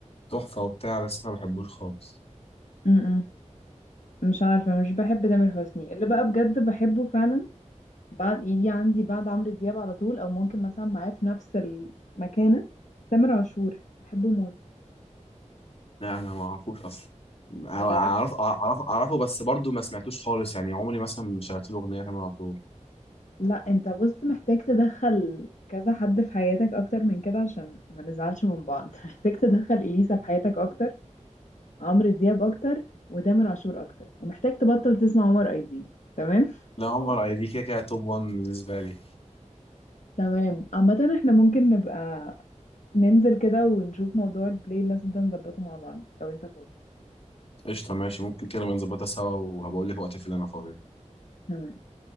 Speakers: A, on the left; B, on the left.
A: تحفة وبتاع بس أنا ما بحبوش خالص
B: م-م. مش عارفه مش بحب تامر حسني اللي بقى بجد بحبه فعلا بعد يجي عندي بعد عمرو دياب على طول او ممكن مثلا معاه في نفس المكانه تامر عاشور بحبه موت
A: لا أنا ما أعرفوش أصلا أعرف
B: ما تعرفش
A: أعرف أعرفه بس برضه ما سمعتوش خالص يعني عمري مثلا ما شغلت له أغنية تامر عاشور
B: لا انت بص محتاج تدخل كذا حد في حياتك اكتر من كده عشان ما نزعلش من بعض <laughs> محتاج تدخل اليسا في حياتك اكتر عمرو دياب اكتر وتامر عاشور اكتر ومحتاج تبطل تسمع عمر اي دي تمام
A: لا عمر أي دي كده كده توب 1 بالنسبة لي
B: تمام عامة احنا ممكن نبقى ننزل كده ونشوف موضوع البلاي ليست ده نظبطه مع بعض لو انت فاضي
A: قشطة ماشي ممكن كده بنظبطها سوا وهبقول لك وقت في اللي أنا فاضي
B: تمام